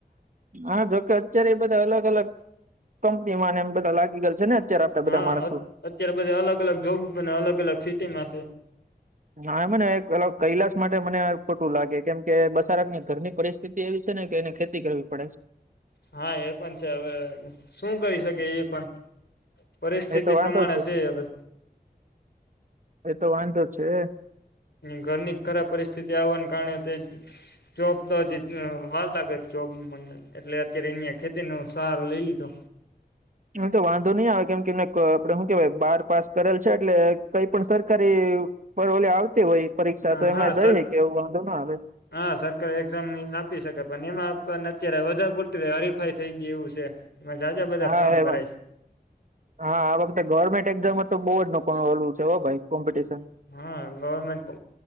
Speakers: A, on the right (about 50°); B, on the left (about 90°).
A: હા જોકે અત્યારે એ બધા અલગ અલગ કંપની ને એમ બધા લાગી ગયયા છે ને અત્યારે આપડા બધા
B: હા
A: માણસો
B: અત અત્યારે બધ અલગ-અલગ જોગ અને અલગ-અલગ સિટીમાં છે.
A: હા મને એક અલગ કૈલાસ માટે મને ખોટું લાગે કેમ કે બસારત ની ઘરની પરિસ્થિતિ એવી છે ને કે એને ખેતી કરવી પડે છે.
B: હા એ પણ છે હવે શું કરી શકે એ પણ. પરિસ્થિતિ
A: એ તો વાંધો
B: પ્રમાણે છે હવે
A: એતો વાંધો છે.
B: ઘરની ખરાબ પરિસ્થિતિ આવવા કારણે તે જોબ તો જ વાર લાગે જોબ એટલે અત્યારે અહિયાં ખેતી ન સહારો લઈ લીધો
A: <inaudible> એમ તો વાંધો નહી આવે કેમ કે આપડે શું કેવાય બાર પાસ કરેલ છે એટલે કઈ પણ સરકારી ઓલે આવતી હોય પરીક્ષા તો
B: હા
A: એમાં દઈ
B: સર
A: હે કે એવું વાંધો ના આવે
B: હા સરકારી એક્ઝામની આપી શકે પણ એમાં પણ અત્યારે વધારે પુરત હરીફાઈ થઈ ગય એવું છે. એમાં જાજા બધા
A: હા
B: ફોર્મ
A: એમાં
B: ભરાય છે
A: હા આ વખતે ગવર્મેન્ટ એકદમ જ તો બોડ નો પણ ઓલું છે હો ભાઈ કોમ્પિટિશન
B: હા ગવર્મેન્ટ